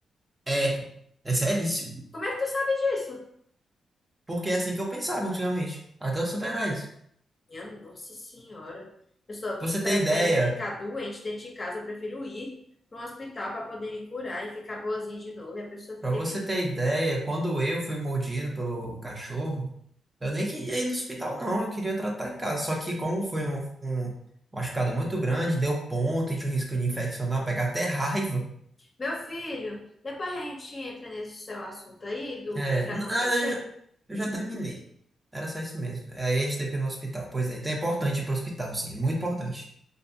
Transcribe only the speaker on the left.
Como é que tu sabe disso?
Minha Nossa Senhora. A pessoa
prefere
ficar doente dentro de casa. Eu prefiro ir para um hospital para poder me curar e ficar boazinha de novo. E a pessoa fica
evitando.
Meu filho, depois a gente entra nesse seu assunto aí do
que
aconteceu.